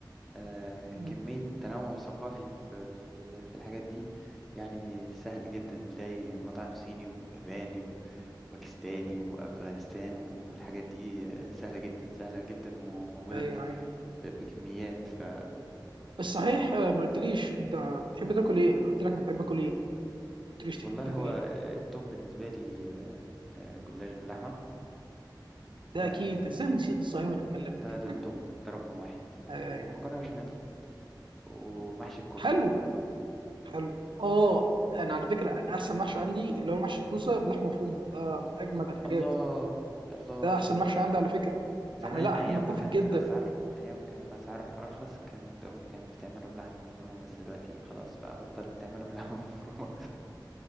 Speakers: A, in the centre; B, on the right.
A: آه
B: مم.
A: كمية تنوع ثقافي في في ال- في الحاجات دي يعني سهل جدا تلاقي مطعم صيني وياباني و- وباكستاني وأفغانستان و- والحاجات دي آه، سهلة جدا سهلة جدا وموجودة
B: ايوه ايوه
A: ب- بكميات ف
B: بس صحيح آه، ما قلتليش انت بتحب تاكل ايه انا قلت لك انا بحب اكل ايه قلت ليش تحب
A: والله
B: تاكل
A: هو
B: ايه
A: آه، التوب بالنسبة لي آه، آه، جلاش باللحمة
B: ده
A: ده
B: اكيد ازاي نسيت الصحيح وانا بكلمك
A: ده ده التوب ده رقم واحد
B: أيوة
A: ومكرونة
B: أيوة.
A: بشاميل ومحشي الكوسة
B: حلو حلو اه انا على فكره انا احسن محشي عندي اللي هو محشي كوسه بلحمه مفرومه ده من اجمد الحاجات
A: الله الله
B: ده احسن محشي عندي على فكره
A: زمان
B: احنا لا
A: ايام
B: احنا نتفق
A: ما كانت
B: جدا
A: الاسعار ايام ما كانت الاسعار ارخص كانت امي كانت بتعمله بلحمه مفرومه بس دلوقتي خلاص بقى بطلت تعمله بلحمه <laughs> مفرومه